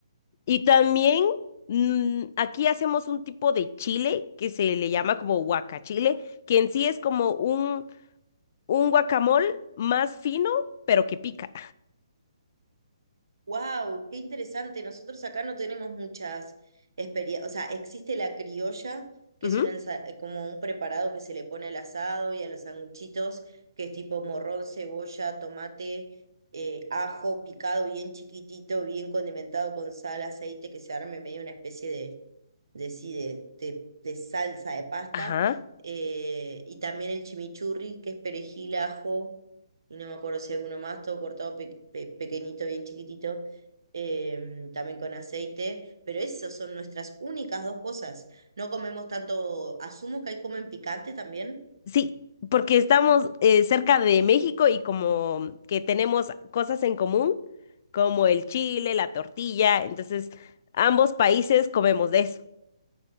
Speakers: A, on the left; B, on the right.
A: Y también mm, aquí hacemos un tipo de chile que se le llama como guacachile, que en sí es como un, un guacamole más fino, pero que pica.
B: Wow, qué interesante. Nosotros acá no tenemos muchas experiencias. O sea, existe la criolla, que
A: Ujú.
B: es una ensa- eh, como un preparado que se le pone al asado y a los sanguchitos, que es tipo morrón, cebolla, tomate, eh, ajo picado bien chiquitito, bien condimentado con sal, aceite, que se arme medio una especie de, de, sí, de, de- de salsa de pasta.
A: Ajá.
B: Eh, y también el chimichurri, que es perejil, ajo y no me acuerdo si alguno más, todo cortado pe- pe- pequeñito, bien chiquitito, eh, también con aceite, pero esas son nuestras únicas dos cosas. No comemos tanto, asumo que ahí comen picante también.
A: Sí, porque estamos eh, cerca de México y como que tenemos cosas en común, como el chile, la tortilla, entonces ambos países comemos de eso.